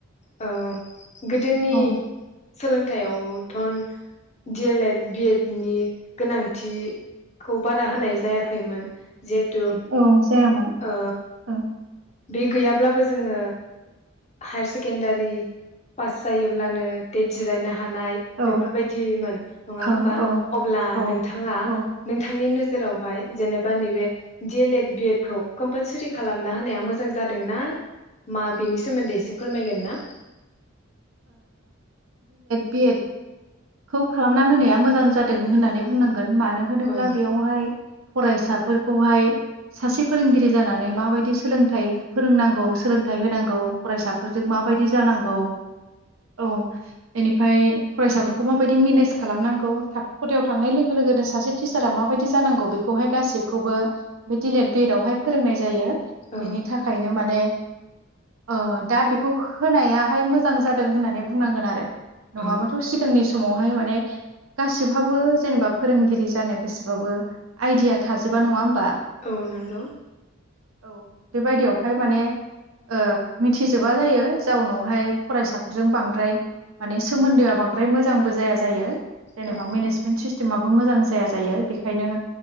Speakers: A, on the left; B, on the right.
A: ओ गोदोनि
B: ओं
A: सोलोंथाइयाव थन D El Ed, B Ed नि गोनांथिखौ बारा होनाय जायाखैमोन जिहेथु
B: औ जायामोन
A: ओ
B: ओं
A: बे गैयाब्लाबो जोङो हायार सेकेन्डारि फास जायोब्लानो टेट जिरायनो हानाय
B: औ
A: बेफोरबायदिमोन नङा
B: औ
A: होमबा
B: औ
A: अब्ला
B: औ
A: नोंथाङा
B: औ ओ
A: नोंथांनि नो जेरावहाय जेनेबा नैबे D El Ed, B Ed खौ कम्पोलसारि खालामना होनाया मोजां जादोंना मा बेनि सोमोन्दै एसे फोरमायगोन ना।
B: बि एद खौ खालामना होनाया मोजां जादों होननानै बुंनां गोन मानो होनोब्ला
A: औ
B: बेयावहाय फरायसाफोरखौहाय सासे फोरोंगिरि जानानै माबायदि सोलोंथाइ फोरोंनांगौ सोलोंथाइ होनांगौ फरायसाफोरजों माबायदि जानांगौ औ बेनिफाय फरायसाफोरखौ माबायदि मेनेज खालामनांगौ थाखो खथायाव थांनाय लोगो लोगोनो सासे टिचारा माबायदि जानांगौ बेखौहाय गासिबखौबो बे डि लेद, बि एड आवहाय फोरोंनाय जायो।
A: औ
B: बेनि थाखायनो माने ओ दा बेखौ होनायाहाय मो जां जादों होननानै बुंनांगोन आरो। नङाबाथ'
A: औ
B: सिगांनि समावहाय माने गासिब हाबो जेनेबा फोरोंगिरि जानो गासोबाबो आइडिया थाजोबा नङा होम
A: औ नोंगौ
B: औ बेबायदियावहाय माने ओ मिथिजोबा जायो जाउनावहाय फरायसाफोरजों बांद्राय माने सोमोन्दोआ बांद्राय मोजांबो जाया जायो। जेनेबा
A: औ
B: मेनेजमेन्ट सिस टिमाबो मोजां जाया जायो बेखायनो